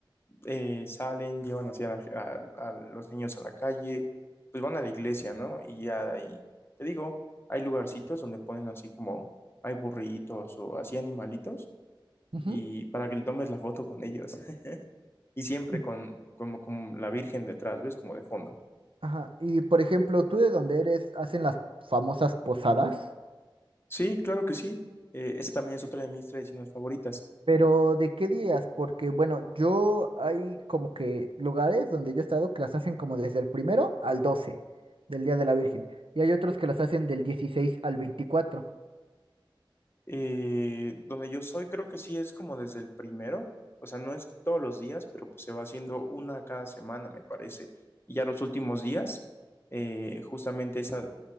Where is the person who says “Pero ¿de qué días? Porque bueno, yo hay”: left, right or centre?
Right